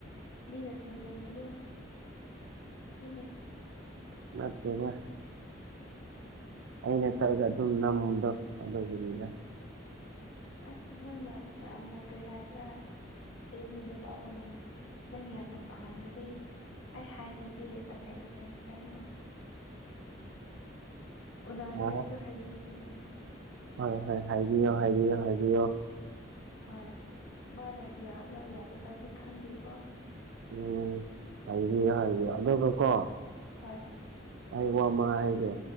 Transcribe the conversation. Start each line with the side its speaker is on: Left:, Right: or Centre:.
Left: ꯃꯤꯅ ꯁꯦꯝꯖꯤꯟꯕꯗꯣ ꯑꯗꯨꯅꯦ
Right: ꯅꯠꯇꯦꯗ ꯑꯩꯅ ꯆꯠꯂꯒ ꯑꯗꯨꯝ ꯅꯝꯃꯨꯗꯣ ꯑꯗꯨꯒꯤꯅꯤꯗ
Left: ꯑꯁ ꯅꯪꯅ ꯌꯥꯝꯅ ꯀꯔꯤ ꯍꯥꯏꯁꯤꯔꯥ ꯑꯩꯒꯤ ꯅꯨꯄꯥꯕꯨ ꯅꯪ ꯅꯪ ꯌꯥꯝꯅ ꯄꯥꯝꯔꯗꯤ ꯑꯩ ꯍꯥꯏꯕꯤꯒꯦ ꯇꯁꯦꯡ ꯇꯁꯦꯡꯅ ꯍꯥꯏꯌꯣ ꯎꯅꯅꯤꯡꯉꯥꯏꯁꯨ
Right: ꯑꯥ
Left: ꯍꯥꯏꯕꯤꯒꯦ
Right: ꯍꯣꯏ ꯍꯣꯏ ꯍꯥꯏꯕꯤꯌꯣ ꯍꯥꯏꯕꯤꯌꯣ ꯍꯥꯏꯕꯤꯌꯣ
Left: ꯍꯣꯏ ꯃꯥꯅ ꯌꯥꯕ꯭ꯔꯥ ꯌꯥꯗꯕ꯭ꯔꯥꯗꯤ ꯈꯟꯗꯦꯀꯣ
Right: ꯎꯝ ꯍꯥꯏꯕꯤꯌꯣ ꯍꯥꯏꯕꯤꯌꯣ ꯑꯗꯨꯒ ꯀꯣ
Left: ꯍꯣꯏ
Right: ꯑꯩ ꯋꯥ ꯑꯃ ꯍꯥꯏꯒꯦ